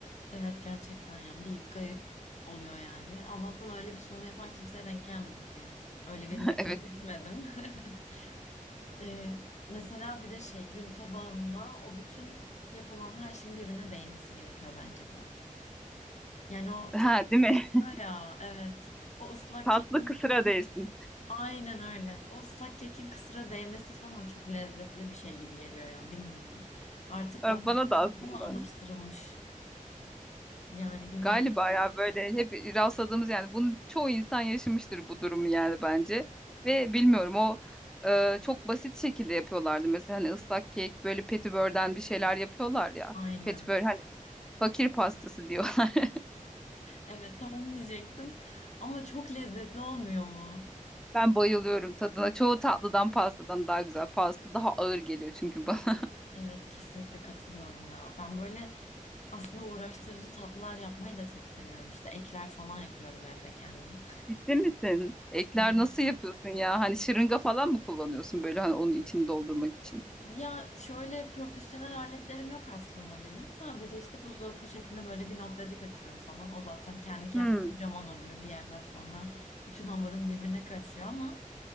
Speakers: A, on the left (about 55°); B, in the centre.
A: Evet gerçekten yani bir garip oluyor yani. Allah'tan öyle bir sunum yapan kimseye denk gelmedim yani. Öyle birine
B: <laughs>
A: evine
B: Evet.
A: gitmedim. <laughs> Ee, mesela bir de şey gün tabağında o bütün yapılan her şeyin birbirine değmesi gerekiyor bence bu arada. Yani o
B: Ha
A: tadı
B: değil
A: karışıyor
B: mi? <laughs>
A: ya evet. O ıslak
B: Tatlı
A: kek
B: kısıra değsin.
A: Aynen öyle. O ıslak kekin kısıra değmesi falan çok lezzetli bir şey gibi geliyor yani bilmiyorum. Artık
B: Ha,
A: damak
B: Bana da
A: tadına
B: aslında.
A: mı alıştırılmış? Yani bilmiyorum.
B: Galiba ya böyle hep rastladığımız yani bunu çoğu insan yaşamıştır bu durumu yani bence. Ve bilmiyorum o e, çok basit şekilde yapıyorlardı. Mesela hani ıslak kek böyle petibörden bir şeyler yapıyorlar ya.
A: Aynen.
B: Petibör hani fakir pastası diyor. <laughs>
A: Evet tam diyecektim. Ama çok lezzetli olmuyor mu?
B: Ben bayılıyorum tadına. Çoğu tatlıdan pastadan daha güzel. Pasta daha ağır geliyor çünkü bana.
A: Evet kesinlikle katılıyorum ya. Ben böyle aslında uğraştırıcı tatlılar yapmayı da çok seviyorum. İşte ekler falan yapıyorum evde kendim.
B: Ciddi misin? Ekler
A: <laughs>
B: nasıl yapıyorsun ya? Hani şırınga falan mı kullanıyorsun böyle hani onun içini doldurmak için?
A: Ya şöyle profesyonel aletlerim yok aslında benim. Sadece işte buzdolabı poşetinde böyle bir noktacık açıyorum falan. O zaten kendi kendine
B: Hmm.
A: kocaman oluyor bir yerden sonra. Bütün hamurum birbirine karışıyor ama